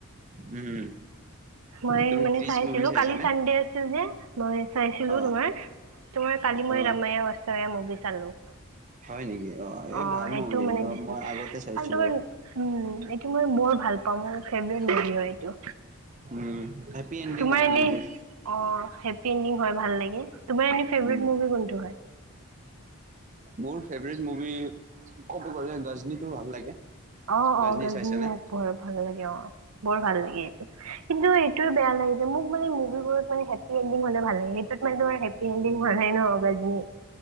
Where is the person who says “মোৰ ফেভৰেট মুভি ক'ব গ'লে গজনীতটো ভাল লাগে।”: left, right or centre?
Right